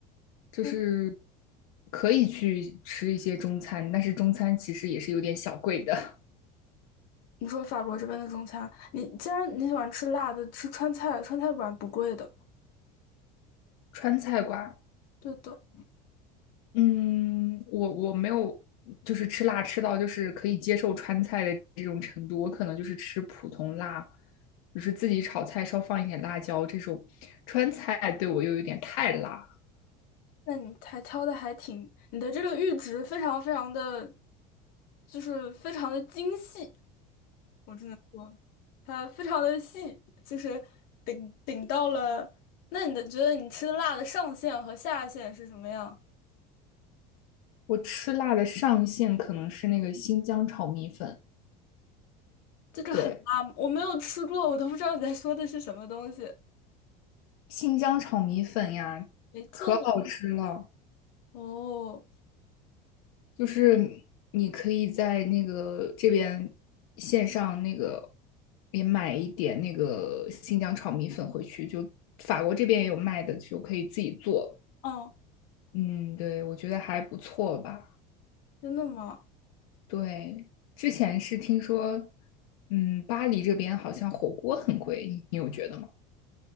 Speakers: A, on the left; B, on the left.
A: 就是
B: 嗯，
A: 可以去吃一些中餐，但是中餐其实也是有点小贵的。
B: 你说法国这边的中餐，你既然你喜欢吃辣的，吃川菜，川菜馆不贵的。
A: <laughs> 川菜馆
B: 对的。
A: 嗯，我我没有，就是吃辣吃到就是可以接受川菜的这种程度，我可能就是吃普通辣，就是自己炒菜稍放一点辣椒这种。川菜对我又有点太辣，
B: 那你还挑的还挺，你的这个阈值非常非常的，就是非常的精细，我只能说，它非常的细，就是顶顶到了。那你的觉得你吃的辣的上限和下限是什么样？
A: 我吃辣的上限可能是那个新疆炒米粉，
B: 这个很辣吗，
A: 对，
B: 我没有吃过，我都不知道你在说的是什么东西。
A: 新疆炒米粉呀，
B: 没错
A: 可好吃了。
B: 哦，
A: 就是你可以在那个这边线上那个也买一点那个新疆炒米粉回去，就法国这边也有卖的，就可以自己做。
B: 哦，嗯
A: 嗯，对，我觉得还不错吧。
B: 真的吗？
A: 对，之前是听说，嗯，巴黎这边好像火锅很贵，你有觉得吗？